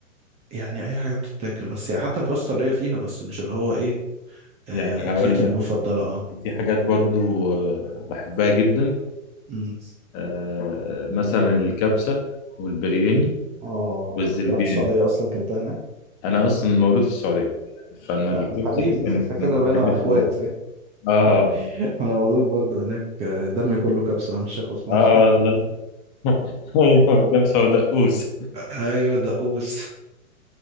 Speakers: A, on the right; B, on the left.
A: يعني اي حاجة بتتاكل بس يعني حتى الفاستا اللي هي فيها بس مش اللي هو ايه آه...
B: يعني
A: اكلتي
B: هقول لك
A: المفضلة اه
B: يعني في حاجات برضو آه، بحبها جدا
A: أمم.
B: آه، مثلا الكبسه والبرياني
A: اه
B: والزربيان
A: انت رحت السعودية اصلا كلتها هناك
B: انا اصلا مولود في السعوديه فانا
A: آه،
B: الكبسه
A: حبيبي
B: دي كانت
A: احنا كده
B: من الحاجات
A: بقينا اخوات
B: اللي اه
A: <laughs> انا مولود برضه هناك آه، دمي كله كبسة مش خصمان
B: اه والله <laughs> ايوه كبسه ودقوس
A: <laughs> ايوه دقوس